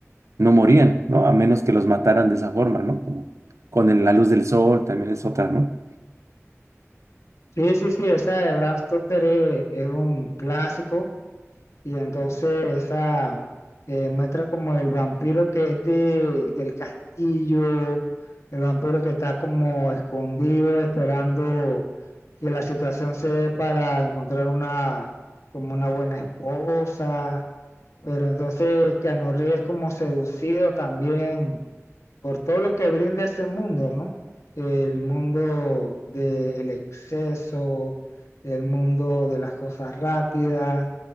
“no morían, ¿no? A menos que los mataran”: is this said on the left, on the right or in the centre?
Right